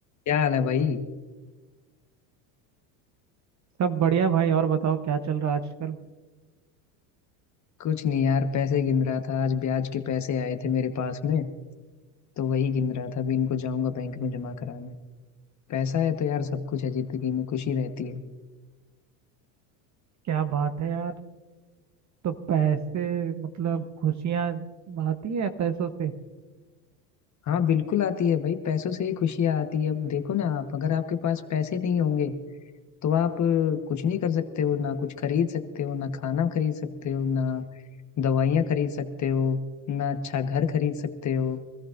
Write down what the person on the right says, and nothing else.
सब बढ़िया भाई और बताओ क्या चल रहा है आजकल
क्या बात है यार तो पैसे मतलब खुशियां आती है पैसों से